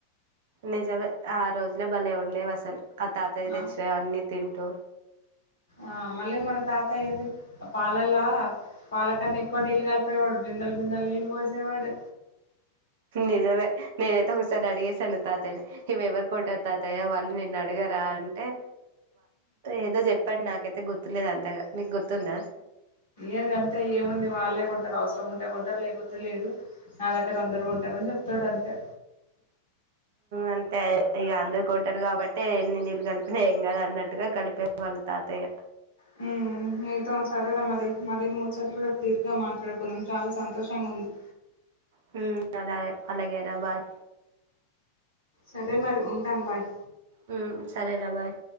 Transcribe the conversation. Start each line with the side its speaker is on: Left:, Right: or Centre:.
Right: నిజమే ఆ రోజులు భలే ఉండేవి అసలు ఆ తాతయ్య
Left: ఆ
Right: తెచ్చినవన్నీ తింటూ
Left: ఆ మళ్ళీ మన తాత ఏంది పాలల్లా పాలకన్నా ఎక్కువ నీళ్ళు కలిపేవాడు బిందల్ బిందల్ నీన్ పోయిసేవాడు
Right: నిజమే నేనైతే ఒకసారి అడిగేశాను తాతయ్య ఇవి ఎవరు కొట్టారు తాతయ్య వాళ్ళు నిేు అడగరాా అంటే ఏదో చెప్పాడు నాకు నాకైతే గుర్తులేదు అంతగా నీకు గుర్తుందా
Left: ఏగ అంతా ఏముంది వాళ్ళేగా ఉంటారు అఔసరం ఉంటా కొంటారు లేకపోతే లేదు నా దగ్గర అందరు కొంటారని చెప్తాడు అంతే
Right: అంతే ఇక అందరకు కొంటారు కాబట్టి ఎన్ని నీళ్ళు కలిపినా ఏం కదా అన్నట్టుగా కలిపే వాళ్ళు తాతయ్య
Left: హుమ్ ఏత సరేద మరి మ రే ముచ్చట్లు తీరిగా మాట్లాడుకున్నాం చాలా సంతోషంగా ఉంది
Right: హుమ్ అలాగే అలాగే రా బాయ్
Left: సరే మరి ఉంటాను బాయ్
Right: హుమ్ సరే ఆ బాయ్